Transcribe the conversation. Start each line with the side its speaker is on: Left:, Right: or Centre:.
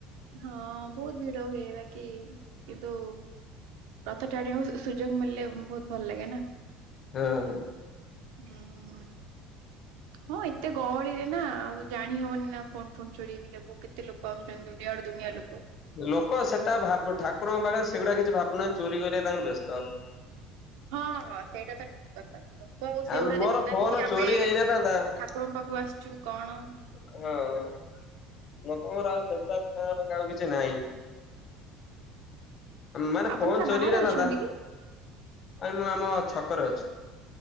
Right: ହଁ ବୋହୁତ ଭିଡ ହୁଏ ବାକି କିନ୍ତୁ ରଥ ଟାଣିଆକୁ ସୁ ସୁଯୋଗ ମିଳିଲେ ଉଁ ବୋହୁତ ଭଲ ଲାଗେ ନା।
Left: ହେଁ
Right: ଉଁ, ହୁଁ। ହଁ, ଏତେ ଗହଳିରେ ନା, ଆଉ ଜାଣି ହବନି ନା ଫୋନ୍ ଫୋନ୍ ଚୋରି ହେଇଗଲେ ବୋ କେତେ ଲୋକ ଆସୁଚନ୍ତି। ଦୁନିଆ ଆଡୁ ଦୁନିଆ ଲୋକ।
Left: ଲୋକ ସେଟା ଭାବୁ ଠାକୁରଙ୍କ ପାଖେରେ ସେଗୁଡା କିଛି, ଭାବୁନା ଚୋରି କରିଆରେ ତାଙ୍କର ବେସ୍ତ।
Right: ହଁ, ହଁ। ସେଇଟା ତ ଠିକ୍ କଥା। ଲୋକ ଆଉ ସେଇଗୁଡା
Left: ଆମ ମୋର
Right: ଦେଖୁନାହାଁନ୍ତି
Left: ଫୋନ
Right: କି ଆମେ
Left: ଚୋରି ହେଇନଥାନ୍ତା
Right: ତ, ଠାକୁରଙ୍କ ପାଖକୁ ଆସଚୁ କଣ
Left: ହଁ ଉ। ଲୋକଙ୍କର ଆଉ ସେଗୁଡାକ କହିଆ ପାଁଇକା ଆଉ କିଛି ନାହିଁ। ମାନେ
Right: ଆପଣ
Left: ଫୋନ୍
Right: ନା
Left: ଚୋରି
Right: ବାହାରେ
Left: ହେଇନଥାନ୍ତା।
Right: ଅଛନ୍ତି କି?
Left: ଏଇ ମୁଁ ଆମ ଛକରେ ଅଛି।